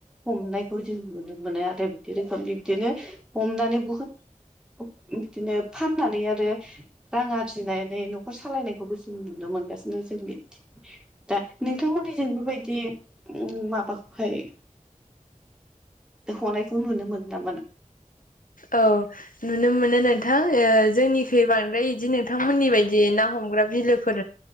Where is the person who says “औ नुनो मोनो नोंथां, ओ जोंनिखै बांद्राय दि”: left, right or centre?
Left